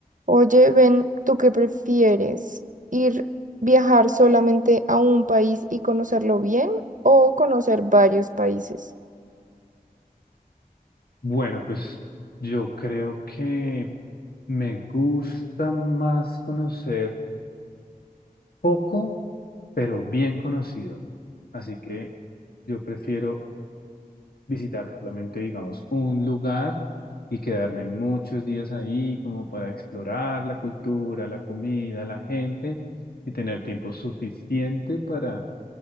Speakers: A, on the right (about 55°); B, on the left (about 90°).
A: Oye, ven, ¿tú qué prefieres? ¿Ir viajar solamente a un país y conocerlo bien o conocer varios países?
B: Bueno, pues yo creo que me gusta más conocer poco, pero bien conocido. Así que yo prefiero visitar solamente, digamos, un lugar y quedarme muchos días ahí como para explorar la cultura, la comida, la gente y tener tiempo suficiente para,